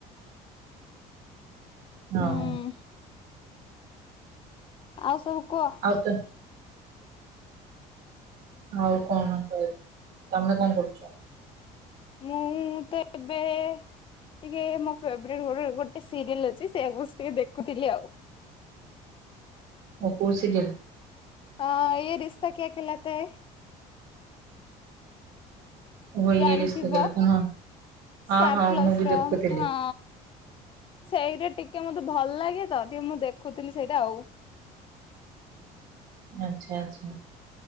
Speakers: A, on the right; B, on the left.
A: ହଁ।
B: ହୁଁ ଆଉ ସବୁ କୁହ।
A: <unintelligible> ଆଉ କଣ କହିବି ତମେ କଣ କରୁଛ?
B: ମୁଁ ତ ଏବେ ଟିକେ ମୋ ଫେବରେଟ୍ ଗୋ ଗୋଟେ ସିରିଏଲ ଅଛି ସେଇଆ ବସିକି ଟିକେ ଦେଖୁଥିଲି ଆଉ।
A: ହଁ କଉଁ ସିରିୟେଲ?
B: ଆଁ ଏଇ ରିସ୍ତା କ୍ୟା ଖିଲାତାଏ।
A: ଓହୋ ଇଏ
B: ଜାଣିଥିବ
A: ରିସ୍ତା କେଲେ ତ ହଁ
B: ଷ୍ଟାର
A: ହଁ ହଁ
B: ପ୍ଲସ୍
A: ମୁଁ ବି
B: ର
A: ଦେଖୁଥିଲି।
B: ହଁ। ସେଇଟା ଟିକେ ମତେ ଭଲ ଲାଗେ ତ ଟିକେ ମୁଁ ଦେଖୁଥିଲି ସେଇଟା ଆଉ।
A: ଆଚ୍ଛା ଆଚ୍ଛା